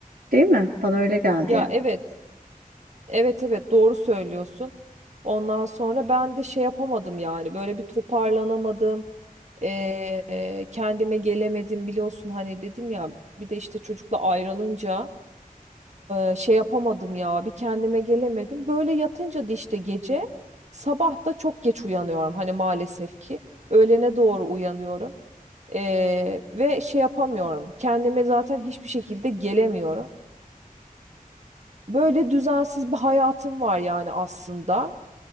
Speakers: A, on the right; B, on the right.
A: Değil mi? Bana öyle geldi
B: Ya
A: yani.
B: evet, evet evet doğru söylüyorsun. Ondan sonra ben de şey yapamadım yani böyle bir toparlanamadım. Ee, kendime gelemedim biliyorsun hani dedim ya bir de işte çocukla ayrılınca e, şey yapamadım ya bir kendime gelemedim. Böyle yatınca da işte gece sabah da çok geç uyanıyorum hani maalesef ki öğlene doğru uyanıyorum. Ee, ve şey yapamıyorum. Kendime zaten hiçbir şekilde gelemiyorum. Böyle düzensiz bir hayatım var yani aslında.